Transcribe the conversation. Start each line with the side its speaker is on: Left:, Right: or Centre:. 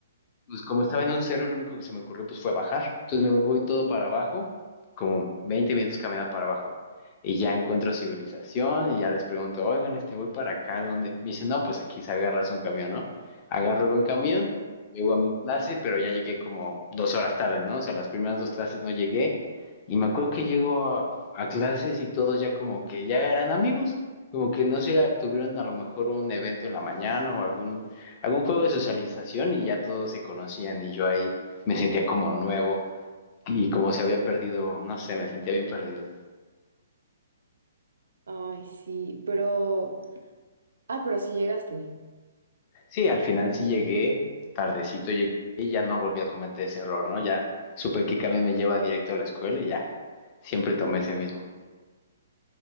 Left: pues como estaba en un cerro, lo único que se me ocurrió pues fue bajar. Entonces me voy todo para abajo, como 20 minutos caminando para abajo. Y ya encuentro civilización y ya les pregunto, oigan, este voy para acá, ¿dónde? Me dicen, no, pues aquí se agarras un camión, ¿no? Agarro el buen camión, llego a mi clase, pero ya llegué como dos horas tarde, ¿no? O sea, las primeras dos clases no llegué. Y me acuerdo que llego a, a clases y todos ya como que ya eran amigos, como que no se tuvieron a lo mejor un evento en la mañana o algún algún juego de socialización y ya todos se conocían y yo ahí me sentía como nuevo y como se había perdido, no sé, me sentía bien perdido.
Right: Ay, sí, pero... Ah, pero sí llegaste.
Left: Sí, al final sí llegué, tardecito llegué y ya no volví a cometer ese error, ¿no? Ya supe que camión me lleva directo a la escuela y ya, siempre tomé ese mismo.